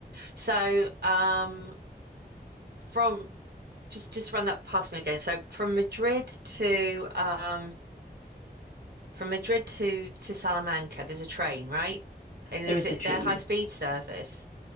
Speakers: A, on the right; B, on the left.
A: So, um, from just just run that past me again. So from Madrid to um from Madrid to to Salamanca, there's a train, right? And is
B: There is
A: it
B: a train.
A: their high speed service?